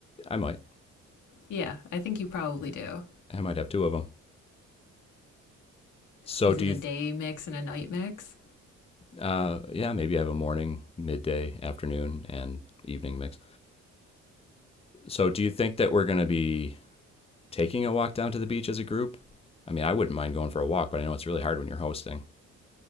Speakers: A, on the left; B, on the left.
A: i might
B: Yeah, I think you probably do.
A: i might have two of them so
B: Is
A: do
B: it
A: you
B: a day mix and a night mix?
A: Uh, yeah, maybe I have a morning, midday, afternoon, and evening mix. So, do you think that we're going to be taking a walk down to the beach as a group? I mean, I wouldn't mind going for a walk, but I know it's really hard when you're hosting.